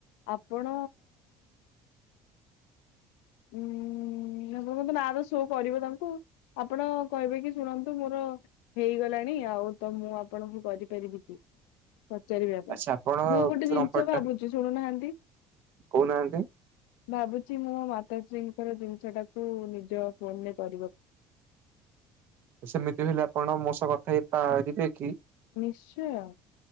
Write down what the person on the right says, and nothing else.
ଆଚ୍ଛା ଆପଣ
ଯୋଉ
ନମ୍ବରଟା
କହୁନାହାନ୍ତି?
ସେମିତି ହେଲେ ଆପଣ ମୋ ସହ କଥା ହେଇ ପାରିବେ କି?